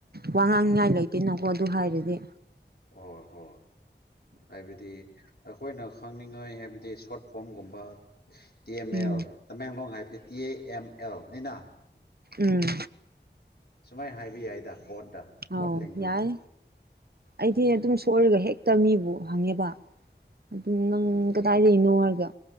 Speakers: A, on the right; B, on the left.
A: ꯋꯥ ꯉꯥꯡꯅꯤꯉꯥꯏ ꯂꯩꯇꯦꯅꯀꯣ ꯑꯗꯨ ꯍꯥꯏꯔꯗꯤ
B: ꯑꯣ ꯍꯣ ꯍꯥꯏꯕꯗꯤ ꯑꯩꯈꯣꯏꯅ ꯈꯪꯅꯤꯡꯉꯥꯏ ꯍꯥꯏꯕꯗꯤ ꯁꯣꯔꯠ ꯐꯣꯝꯒꯨꯝꯕ ꯇꯤ ꯑꯦꯝ
A: ꯎꯝ
B: ꯑꯦꯜ ꯇꯃꯦꯡꯂꯣꯡ ꯍꯥꯏꯕꯗꯤ ꯇꯤ ꯑꯦ ꯑꯦꯝ ꯑꯦꯜꯅꯤꯅ
A: ꯎꯝ
B: ꯁꯨꯃꯥꯏꯅ ꯍꯥꯏꯕ ꯌꯥꯏꯗ ꯀꯣꯔꯠꯇ ꯀꯣꯔꯠ
A: ꯑꯧ
B: ꯂꯦꯡꯒ꯭ꯋꯦꯁꯇ
A: ꯌꯥꯏ ꯑꯩꯗꯤ ꯑꯗꯨꯝ ꯁꯣꯏꯔꯒ ꯍꯦꯛꯇ ꯃꯤꯕꯨ ꯍꯪꯉꯦꯕ ꯑꯗꯨꯝ ꯅꯪ
B: ꯎꯝ
A: ꯀꯗꯥꯏꯗꯒꯤꯅꯣ ꯍꯥꯏꯔꯒ